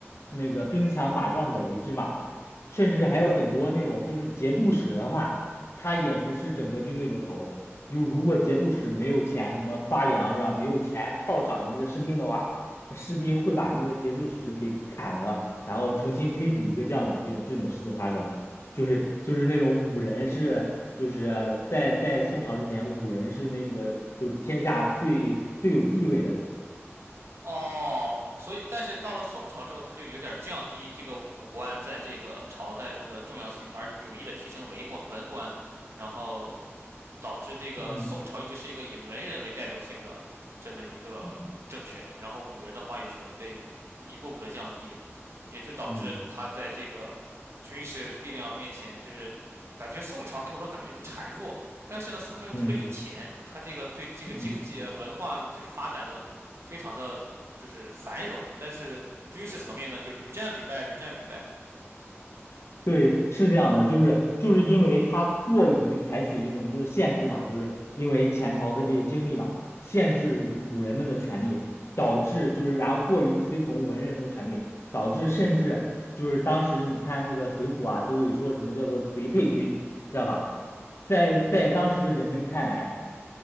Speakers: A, on the left; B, on the right.
A: 那个兵强马壮者为之嘛，甚至还有很多那种就是节度使的话，他也不是整个军队的头儿，就如果节度使没有钱什么发粮是吧，没有钱犒赏那个士兵的话。士兵会把那个节度使给砍了，然后重新推举一个将领，这种这种事情发生，就是就是那种武人是，就是在在宋朝之前，武人是那个就是天下最最有地位的人。
B: 哦，所以但是到了宋朝之后，他就有点降低这个武官在这个朝代中的重要性，而有意的提升为官文官，然后导致这个宋朝一直是一个以文人为代表性的这么一个政权，
A: 嗯嗯
B: 然后武人的话语权被一步步的降低，也就导致他在这个军事力量面前，
A: 嗯
B: 就是感觉宋朝给我的感觉就是孱弱，但是呢，宋朝又特别有钱，
A: 嗯。
B: 他这个对这个经济啊文化就是发展的非常的就是繁荣，
A: 嗯
B: 但是军事层面呢就屡战屡败，屡战屡败。
A: 对，是这样的，就是就是因为他过于采取这种就是限制嘛，就是因为前朝的这些经历嘛，限制武人们的权利，导致就是然后过于推崇文人的权利，导致甚至就是当时你看那个《水浒》啊，都会说什么叫做贼配军，知道吧？在在当时的人们看来，